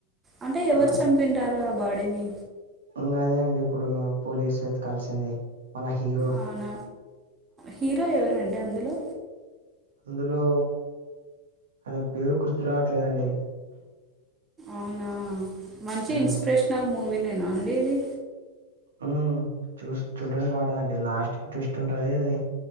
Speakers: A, on the right (about 20°); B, on the right (about 60°).
A: అంటే ఎవరు
B: ఆ,
A: చంపి ఉంటారు ఆ బాడీని
B: ఉమ్ అదే అండి ఇప్పుడు పోలీసు వెతకాల్సింది మన హీరో
A: అవున హీరో ఎవరండి అందులో
B: అందులో ఆయన పేరు గుర్తు రావట్లేదండి
A: అవునా మంచి
B: మ్మ్
A: ఇన్స్పిరేషనల్ మూవీ నేన అండి ఇది
B: ఉమ్ చూ చూడ్డానికి బాగుంటదండి లాస్ట్ కి ట్విస్ట్ ఉంటుది అది